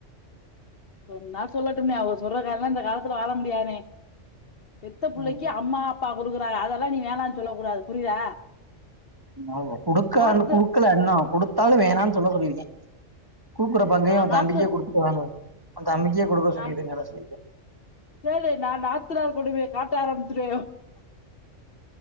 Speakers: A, on the left; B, on the right.
A: சொன்னா சொல்லட்டுமே அவ சொல்ற காரலா இந்த காலத்துல வாழ முடியானே பெத்த புள்ளைக்கு
B: ம்
A: அம்மா அப்பா கொடுக்குறாரு அதெல்லா நீ வேணானு சொல்ல கூடாது புரியுதா
B: மாவ் கொடுக்க
A: நாத்து
B: இன் கொடுக்கல இன்னு கொடுத்தாலு வேணான் சொல்ல சொல்லிருக்கே குக்குற பங்கையு
A: நா நாத்து
B: தம்பிக்கே குடுத்துட்டு நாணு அ தம்பிக்கே கொடுக்க
A: நான்
B: சொல்லிடே நல்ல சொல்லிருக்கே
A: கேளு நா நாத்தநார் கொடுமைய காட்ட ஆரம்பிச்சுடுவே